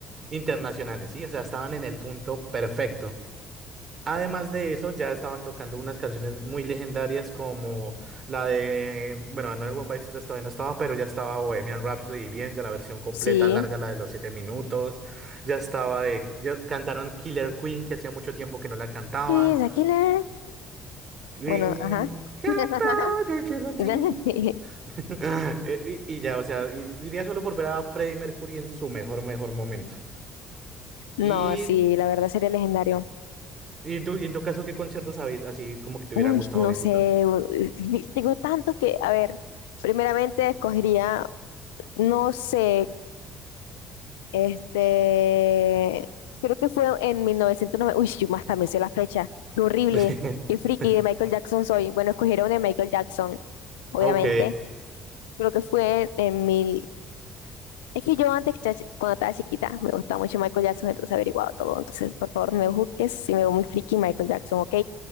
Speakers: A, on the right; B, on the left.
A: internacionales, ¿sí? O sea, estaban en el punto perfecto. Además de eso, ya estaban tocando unas canciones muy legendarias como la de, bueno, Another One Bites the Dust todavía no estaba, pero ya estaba Bohemian Rhapsody bien, ya la versión completa,
B: Sí.
A: larga, la de los siete minutos, ya estaba de, ya cantaron Killer Queen, que hacía mucho tiempo que no la cantaban.
B: She's a killer.
A: Green,
B: Bueno, ajá.
A: Gunpowder
B: <laughs>
A: Gelatin.
B: Sí.
A: <laughs> Eh, Y, y ya, o sea, ir- iría solo por ver a Freddie Mercury en su mejor, mejor momento. Y,
B: No, sí, la verdad sería legendario.
A: y, en tu, y en tu caso, ¿qué conciertos habéis así como que te
B: Uy,
A: hubiera gustado
B: no
A: visitar?
B: sé, u- tengo tantos que, a ver, primeramente escogería, no sé, este, creo que fue en 1990, uy, yo más también sé la fecha, qué horrible,
A: <laughs>
B: qué friki de Michael Jackson soy. Bueno, escogiera una de Michael Jackson, obviamente,
A: Ok,
B: creo que fue en mil, Es que yo antes, cha- cuando estaba chiquita, me gustaba mucho Michael Jackson, entonces he averiguado todo. Entonces, por favor, no me juzgues si me veo muy friki Michael Jackson, ¿ok?